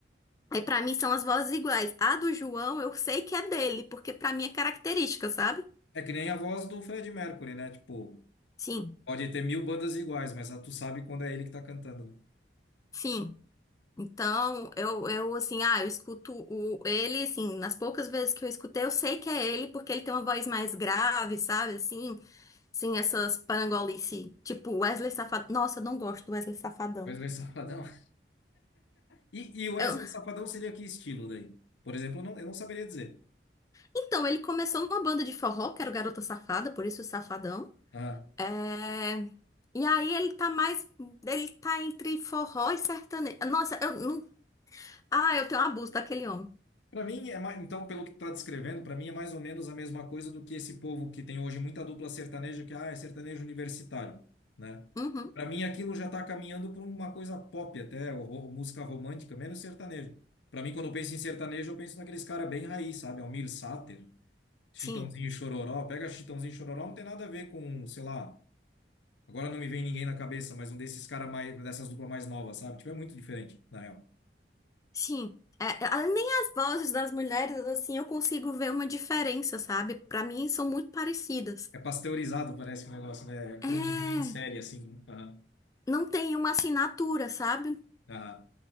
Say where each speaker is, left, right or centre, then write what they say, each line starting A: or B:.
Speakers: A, on the left; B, on the left.
A: Aí pra mim são as vozes iguais. A do João eu sei que é dele, porque pra mim é característica, sabe?
B: É que nem a voz do Fred Mercury, né? Tipo,
A: Sim,
B: pode ter mil bandas iguais, mas ah, tu sabe quando é ele que tá cantando, né?
A: sim. Então, eu, eu assim, ah, eu escuto o, ele, assim, nas poucas vezes que eu escutei, eu sei que é ele, porque ele tem uma voz mais grave, sabe? Assim, sim, essas parangolice, tipo Wesley Safadão. Nossa, eu não gosto do Wesley Safadão.
B: Wesley Safadão. <laughs> E, e Wesley
A: Eu-
B: Safadão seria que estilo daí? Por exemplo, eu não, eu não saberia dizer.
A: Então, ele começou numa banda de forró, que era o Garota Safada, por isso o Safadão.
B: Ah,
A: É, E aí ele tá mais. Ele tá entre forró e sertanejo. Nossa, eu não. Ah, eu tenho um abuso daquele homem.
B: Para mim, é mais, então, pelo que está descrevendo, para mim é mais ou menos a mesma coisa do que esse povo que tem hoje muita dupla sertaneja, que ah, é sertanejo universitário, né?
A: Uhum.
B: Para mim, aquilo já está caminhando para uma coisa pop, até ou ro- música romântica, menos sertanejo. Para mim, quando eu penso em sertanejo, eu penso naqueles cara bem raiz, sabe? Almir Sater, Chitãozinho
A: Sim,
B: e Chororó. Pega Chitãozinho e Chororó, não tem nada a ver com, sei lá, agora não me vem ninguém na cabeça, mas um desses cara mais, dessas duplas mais novas, sabe? Tipo, é muito diferente, na real.
A: sim. É, é, nem as vozes das mulheres, assim, eu consigo ver uma diferença, sabe? Pra mim são muito parecidas.
B: É pasteurizado, parece que o negócio, né? É Produzido
A: É,
B: em série, assim. né? Aham,
A: não tem uma assinatura, sabe?
B: aham.